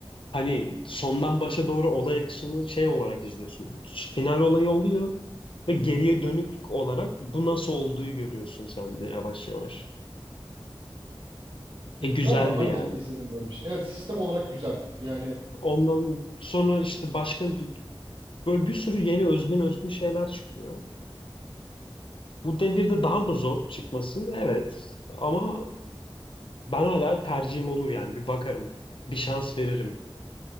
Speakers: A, on the left; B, on the right.
A: Hani sondan başa doğru olay akışını şey olarak izliyorsun. Final olayı oluyor ve geriye dönük olarak bu nasıl olduğu görüyorsun sen de yavaş yavaş. E güzeldi
B: Galiba ben
A: yani.
B: de izledim böyle bir şey. Evet sistem olarak güzel. Yani
A: Ondan sonra işte başka bir- böyle bir sürü yeni özgün özgün şeyler çıkıyor. Bu devirde daha mı zor çıkması? Evet. Ama ben hala tercihim olur yani. Bir bakarım. Bir şans veririm